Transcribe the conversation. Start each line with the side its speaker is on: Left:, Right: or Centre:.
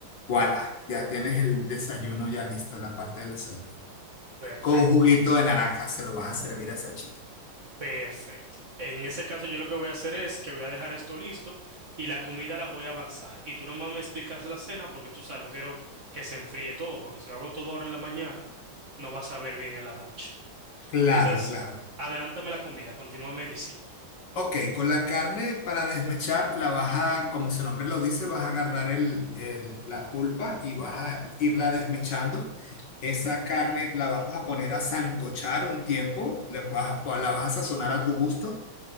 Left: voilà, ya tienes el desayuno ya listo, la parte del desayuno.
Right: Perfecto,
Left: Con un juguito de naranja se lo vas a servir a esa chica.
Right: perfecto. En ese caso, yo lo que voy a hacer es que voy a dejar esto listo y la comida la voy a avanzar. Y tú nomás me explicas la cena porque tú sabes, no quiero que se enfríe todo, porque si lo hago todo ahora en la mañana, no vas a ver bien en la noche.
Left: Claro,
Right: Entonces,
Left: claro.
Right: adelántame la comida, continúame diciendo.
Left: Ok, con la carne para desmechar la vas a, como su nombre lo dice, vas a agarrar el, el- la pulpa y vas a irla desmechando. Esa carne la vamos a poner a sancochar un tiempo, le vas a- la vas a sazonar a tu gusto.